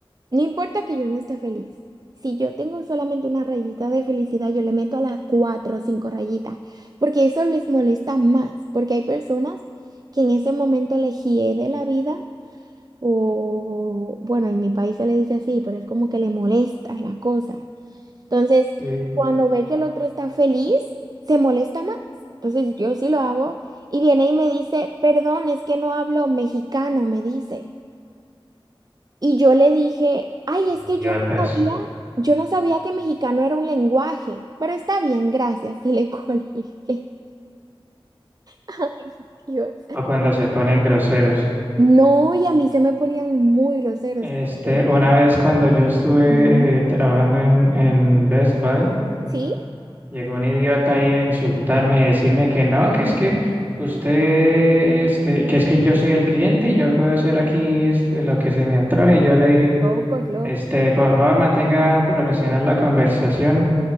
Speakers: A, on the right (about 45°); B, on the right (about 20°).
A: no importa que yo no esté feliz. Si yo tengo solamente una rayita de felicidad, yo le meto a las cuatro o cinco rayitas, porque eso les molesta más, porque hay personas que en ese momento les hiede la vida, o bueno, en mi país se le dice así, pero es como que le molesta la cosa. Entonces,
B: Sí.
A: cuando ve que el otro está feliz, se molesta más. Entonces, yo sí lo hago y viene y me dice, perdón, es que no hablo mexicano, me dice. Y yo le dije, ay, es que
B: Idiotas.
A: yo no sabía, yo no sabía que mexicano era un lenguaje, pero está bien, gracias, y le colgué. <laughs> Ay, Dios.
B: o cuando se ponen groseros.
A: No, y a mí se me ponían muy groseros.
B: Este,
A: eh,
B: una
A: Sí.
B: vez cuando yo estuve
A: Ujú.
B: eh, trabajando en, en Best Buy,
A: Sí,
B: llegó un idiota ahí a insultarme y decirme que no, que es que usted, este, que es que yo soy el cliente y yo puedo hacer aquí este, lo que se me antoje. Y yo le dije,
A: locos, locos.
B: este, por favor, mantenga profesional la conversación